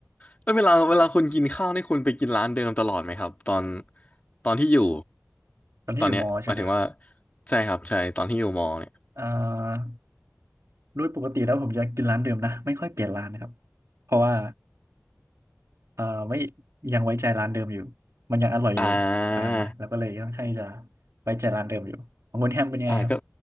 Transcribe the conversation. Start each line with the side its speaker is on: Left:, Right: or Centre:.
Left: แล้วเวลาเวลาคุณกินข้าวนี่คุณไปกินร้านเดิมตลอดไหมครับตอนตอนที่อยู่
Right: ตอนที่อยู่มอใช่ไหมครับ
Left: ตอนเนี้ยหมายถึงว่าใช่ครับใช่ตอนที่อยู่มอเนี่ย
Right: อ่าโดยปกติแล้วผมจะกินร้านเดิมนะไม่ค่อยเปลี่ยนร้านนะครับเพราะว่าเอ่อไม่ยังไว้ใจร้านเดิมอยู่มันยังอร่อยอยู่อ่าแล้วก็เลยค่อนข้างที่จะ
Left: อ่า
Right: ไว้ใจร้านเดิมอยู่ของคุณแฮมเป็นยังไงครับ
Left: อ่าก็